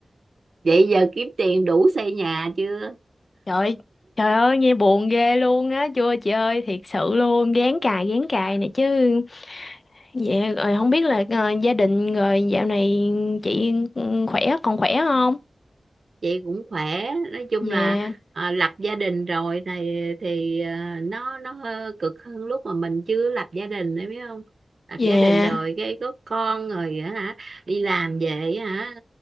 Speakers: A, on the right; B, on the left.
A: Vậy giờ kiếm tiền đủ xây nhà chưa?
B: Trời trời ơi nghe buồn ghê luôn á chưa chị ơi thiệt sự luôn gán cài gán cài này chứ dạ rồi không biết là ờ, gia đình rồi dạo này chị ừ, khỏe còn khỏe không
A: Vậy cũng khỏe. Nói chung
B: dạ
A: là à, lập gia đình rồi thì thì à, nó nó hơi cực hơn lúc mà mình chưa lập gia đình đấy biết không? Lập
B: dạ
A: gia đình rồi cái có con rồi á hả? Đi làm về á hả